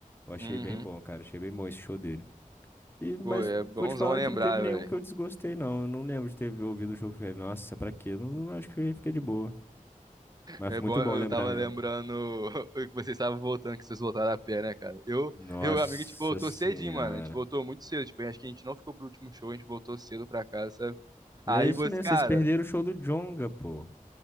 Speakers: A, on the left; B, on the right.
A: Eu achei
B: uhum.
A: bem bom, cara. Achei bem bom esse show dele. E, mas
B: Pô, é bonzão
A: vou te falar
B: lembrar,
A: que não teve nenhum
B: velho.
A: que eu desgostei, não. Eu não lembro de ter ouvido o jogo. e falei, Nossa, pra quê? Não, não acho que eu fiquei de boa. Mas
B: É
A: foi
B: bom,
A: muito
B: eu
A: bom lembrar
B: tava
A: mesmo.
B: lembrando <laughs> que vocês estavam voltando, que vocês voltaram a pé, né, cara? Eu,
A: Nossa
B: eu, e o amigo, a gente voltou
A: senhora.
B: cedinho, mano. A gente voltou muito cedo, tipo, acho que a gente não ficou pro último show, a gente voltou cedo pra casa, sabe?
A: E
B: Aí
A: É isso
B: você,
A: mesmo,
B: cara,
A: vocês perderam o show do Djonga, pô.